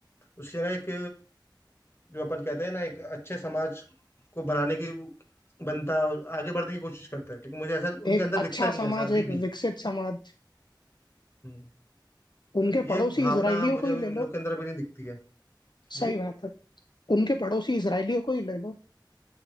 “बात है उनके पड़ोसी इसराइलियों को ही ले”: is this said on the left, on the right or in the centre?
Left